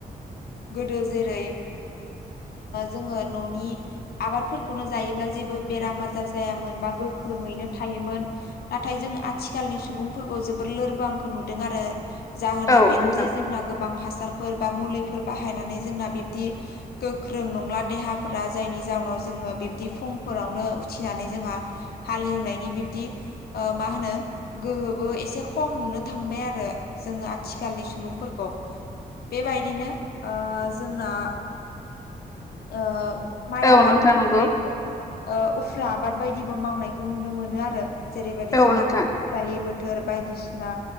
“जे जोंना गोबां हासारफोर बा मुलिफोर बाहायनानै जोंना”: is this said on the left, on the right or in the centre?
Left